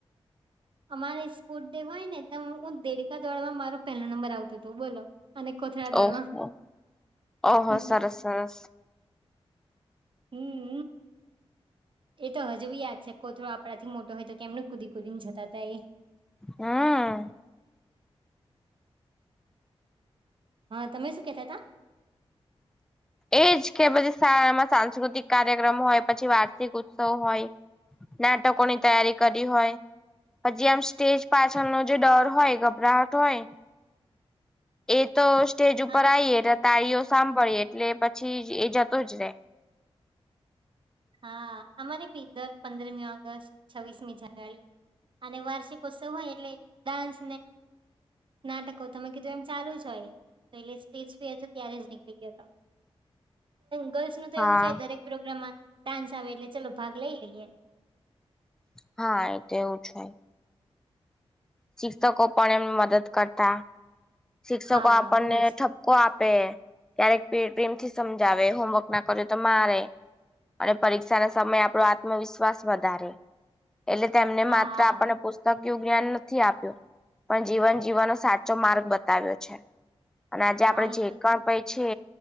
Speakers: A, on the right (about 50°); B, in the centre.
A: અમારે સ્પોર્ટ ડે હોય ને ત હું દેડકા દોડવામાં મારો પહેલો નંબર આવતો હતો બોલો અને કોથળા દોળમાં
B: ઓહો ઓહો
A: હ
B: સરસ સરસ
A: હમ એ તો હજુ બી યાદ છે કોતરો આપડા થી મોટો હોય તો કેમનું કુદી કુદીને જતા હતા એ
B: હા
A: હા તમે શું કેતા તા
B: એજ કે પછી શાળામાં સાંસ્કૃતિક કાર્યક્રમ હોય પછી વાર્ષિક ઉત્સવ હોય નાટકોની તૈયારી કરી હોય પછી આમ સ્ટેજ પાછળનો જે ડર હોય ગભરાહટ હોય
A: <inaudible>
B: એ તો સ્ટેજ ઉપર
A: હા
B: આવીઈએટલે તાળીઓ સાંભળીએ એટલે પછી એ જતો જ રે
A: હા અમારે બીધર પંદરમી ઓગસ્ટ છવ્વીસમી જાન્યુઆરી અને વાર્ષિક ઉત્સવ હોય એટલે ડાન્સ નાટકો તમે કીધું એમ ચાલુ જ હોય. તો એટલે સ્ટેજ ફેર તો ત્યારે જ નીકળી ગયો હતો. ગર્લ્સનું તો
B: હા
A: એવું છે. દરેક પ્રોગ્રામમાં ડાન્સ આવે એટલે ચલો ભાગ લઈ લઈએ.
B: હા એતો એવું જ હોય. શિક્ષકો પણ એમ મદદ કરતા શિક્ષકો
A: હા
B: આપણને
A: બહુ જ
B: કો આપે ક્યારેક પ્રેમથી સમજાવે હોમવર્કના કરે તો મારે. અને પરીક્ષા ના સમયે આપણો આત્મવિશ્વાસ વધારે એટલે તેમને
A: હા
B: માત્ર આપને પુ કયું જ્ઞાન નથી આપ્યું પણ જીવન જીવવાનો સાચો માર્ગ બતાવ્યો છે. અને આજે
A: હા
B: આપડે
A: એ
B: જે
A: તો
B: પણ છે